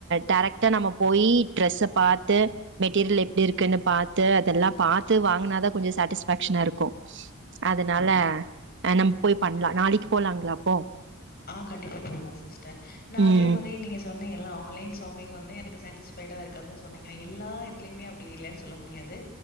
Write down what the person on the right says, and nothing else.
டேரக்ட்டா நம்ம போயி ட்ரெஸ்ஸ பாத்து மெட்டீரியல் எப்டி இருக்குன்னு பாத்து அதெல்லா பாத்து வாங்கனாதா கொஞ்சோ சாட்டிஸ்பேக்க்ஷனா இருக் அதனால ஆ நம் போய் பண்லா நாளைக்கி போலாங்களா அப்போ
ம்